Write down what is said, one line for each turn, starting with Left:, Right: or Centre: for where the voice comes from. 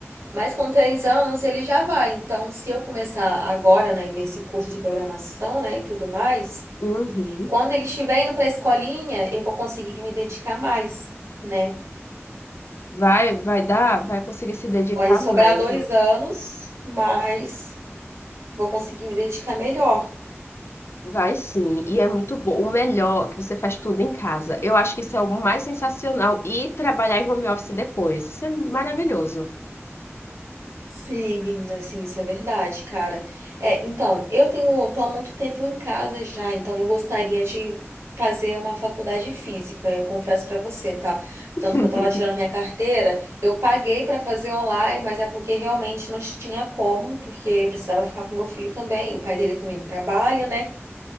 Right: Mas com três anos ele já vai. Então, se eu começar agora, né, nesse curso de programação, né, e tudo mais,
Left: uhum.
Right: quando ele estiver indo para a escolinha, eu vou conseguir me dedicar mais, né?
Left: Vai, vai dar, vai conseguir se dedicar
Right: Vai sobrar
Left: mesmo.
Right: dois anos, mas vou conseguir me dedicar melhor.
Left: Vai sim, e é muito bom. O melhor é que você faz tudo em casa. Eu acho que isso é o mais sensacional. E trabalhar em home office depois. Isso é maravilhoso.
Right: Sim, menina, sim, isso é verdade, cara. É, então, eu tenho, tô há muito tempo em casa já, então eu gostaria de fazer uma faculdade física, eu confesso pra você, tá?
Left: <laughs>
Right: Tanto que eu tava tirando minha carteira, eu paguei pra fazer online, mas é porque realmente não tinha como, porque eu precisava ficar com meu filho também, e o pai dele também trabalha, né?